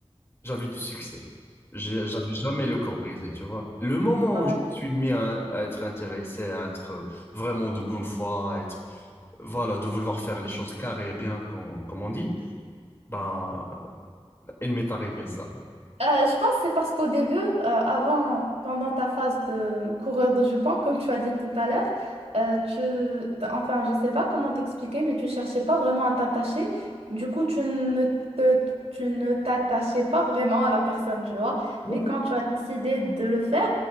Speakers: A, on the left; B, on the right.
A: J'avais du succès. J'ai- J'avais jamais le corps brisé, tu vois. Le moment
B: Ouais.
A: où je me suis mis à, à être intéressé, à être euh, vraiment de bonne foi, à être, voilà, de vouloir faire les choses carrées et bien, comme, comme on dit, ben, il m'est arrivé ça.
B: Euh, je pense que c'est parce qu'au début, euh, avant, pendant ta phase de coureur de jupon, comme tu as dit tout à l'heure, euh, tu, t'as- enfin, je sais pas comment t'expliquer, mais tu cherchais pas vraiment à t'attacher. Du coup, tu ne te- tu ne t'attachais pas vraiment à la personne, tu vois.
A: Ouais.
B: Mais quand tu as décidé de le faire,